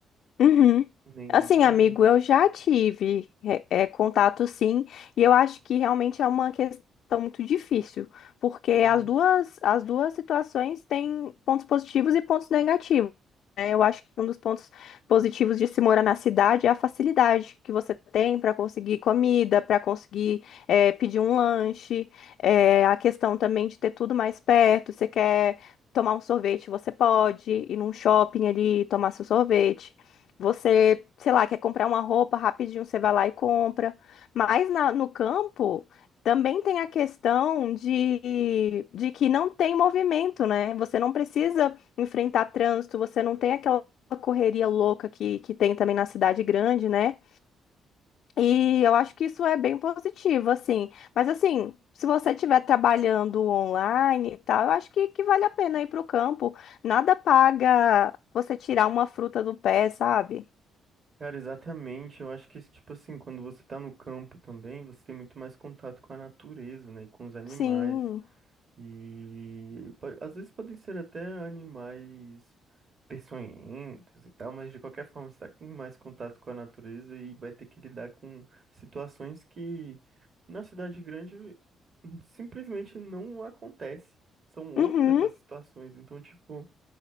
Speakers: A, on the left (about 70°); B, on the right (about 45°).
A: Uhum.
B: nem
A: Assim,
B: nada.
A: amigo, eu já tive é, é, contato sim, e eu acho que realmente é uma questão muito difícil, porque
B: Uhum.
A: as duas, as duas situações têm pontos positivos e pontos negativos. né? Eu acho que um dos pontos positivos de se morar na cidade é a facilidade que você tem para conseguir comida, para conseguir é, pedir um lanche, é, a questão também de ter tudo mais perto. Você quer tomar um sorvete, você pode ir num shopping ali e tomar seu sorvete. Você, sei lá, quer comprar uma roupa rapidinho, você vai lá e compra. Mas na- no campo também tem a questão de, de que não tem movimento, né? Você não precisa enfrentar trânsito, você não tem aquela correria louca que, que tem também na cidade grande, né? E eu acho que isso é bem positivo, assim. Mas assim, se você estiver trabalhando online e tal, eu acho que, que vale a pena ir para o campo. Nada paga você tirar uma fruta do pé, sabe?
B: Cara, exatamente. Eu acho que, tipo assim, quando você tá no campo também, você tem muito mais contato com a natureza, né? E com os animais.
A: Sim.
B: E po- às vezes podem ser até animais peçonhentos e tal, mas de qualquer forma você tá com mais contato com a natureza e vai ter que lidar com situações que na cidade grande hum, simplesmente não acontece. São outras
A: Uhum.
B: as situações. Então, tipo.